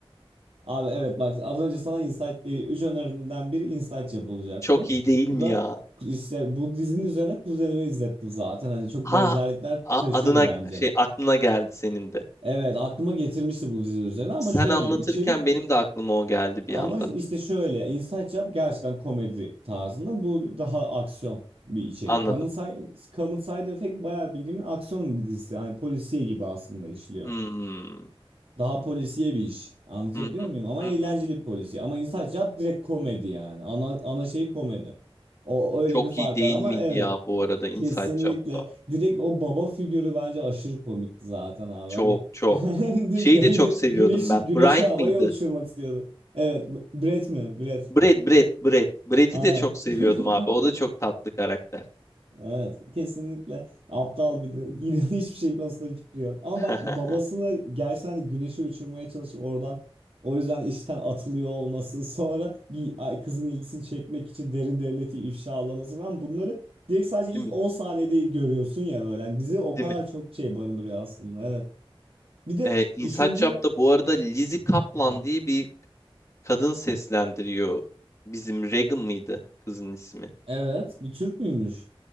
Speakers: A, on the right; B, on the left.
A: Abi evet bak az önce sana insight, e, üç öneriden biri insight yapılacaktı.
B: çok iyi değil mi
A: Bu da
B: ya?
A: işte bu dizinin üzerine kuzenimi izlettim zaten. Hani çok
B: Ha
A: benzerlikler
B: a-
A: taşıyordu
B: adına
A: bence.
B: şey aklına geldi senin de.
A: Evet aklıma getirmişti bu dizi üzerine ama
B: Sen
A: şöyle
B: anlatırken
A: içerik
B: benim de aklıma o geldi bir
A: Ama
B: anda.
A: işte şöyle Inside Job gerçekten komedi tarzında bu daha aksiyon bir içerik.
B: Anladım.
A: Common Side, Common Side Effect bayağı bildiğim aksiyon bir dizisi. Yani polisiye gibi aslında işliyor.
B: Hmm.
A: Daha polisiye bir iş. Anlatabiliyor
B: Hı hı.
A: muyum? Ama
B: Hı
A: eğlenceli
B: hı.
A: bir polisiye. Ama Inside Job direkt komedi yani. Ana, ana şey komedi. O öyle
B: Çok
A: bir fark
B: iyi değil
A: var ama
B: miydi
A: evet.
B: ya bu arada Inside
A: Kesinlikle.
B: Job'da?
A: Direkt o baba figürü bence aşırı komikti zaten abi.
B: Çok
A: Hani
B: çok.
A: <laughs> direkt
B: Şeyi
A: devlet
B: de çok seviyordum
A: güneşi
B: ben.
A: güneşi
B: Brian
A: havaya
B: mıydı?
A: uçurmak istiyordu. Evet, B- Brett mi? Brett.
B: Brad, Brad, Brad. Brad'i
A: Aynen.
B: de çok seviyordum
A: <laughs>
B: abi. O da çok tatlı karakter.
A: Evet, kesinlikle aptal bir de İnan <laughs> hiçbir şey konusunda bir fikri yok. Ama
B: <laughs>
A: ben babasını gerçekten hani güneşi uçurmaya çalışıp oradan o yüzden işten atılıyor olması, <laughs> sonra bir ay- kızın ilgisini çekmek için derin devleti ifşalaması falan bunları direkt sadece
B: Değil
A: ilk
B: mi?
A: 10 saniyede görüyorsun ya böyle. Yani dizi o
B: Değil
A: kadar
B: mi?
A: çok şey barındırıyor aslında. Evet. Bir de
B: Ee, Inside
A: üçüncü
B: Job'da bu arada Lizzie Kaplan
A: <laughs>
B: diye bir kadın seslendiriyor. Bizim Regan mıydı kızın ismi?
A: Evet, bir Türk müymüş?